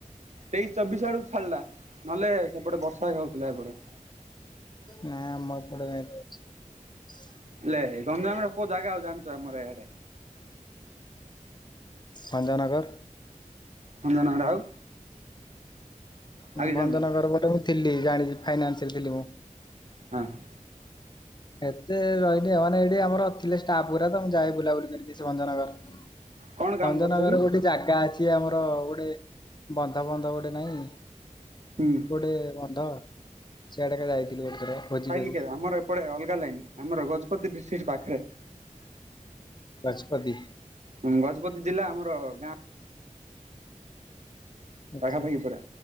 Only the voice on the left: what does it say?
ନାଇଁ ଆମ ଏପଟେ କାଇଁ ବର୍ଷା ନାଇଁ।
ସଞ୍ଜନଗର।
ଭଞ୍ଜନଗର
ପଟେ ମୁଁ ଥିଲି ଜାଣିଛି ଫାଇନାନ୍ସରେ ଥିଲି ମୁଁ।
ଏତେ ରହିନି ଆଉ ମାନେ ଏଇଠି ଆମର ଥିଲେ ଷ୍ଟାଫ୍ ଗୁରା ତ ମୁଁ ଯାଏ ବୁଲାବୁଲି କରିକି ଆସେ ସେ ଭଞ୍ଜନଗର
ଭଞ୍ଜନଗରରେ
ଗୋଟେ ଜାଗା ଅଛି। ଯେ ଆମର ଗୋଟେ ବନ୍ଧ ବନ୍ଧ ଗୋଟେ ନାଇଁ
ଗୋଟେ ବନ୍ଧ ସିଆଡ଼େ ଏକା ଯାଇଥିଲୁ ଗୋଟେ ଥର ଭୋଜି
କରି।
ଗଜପତି
ଆଚ୍ଛା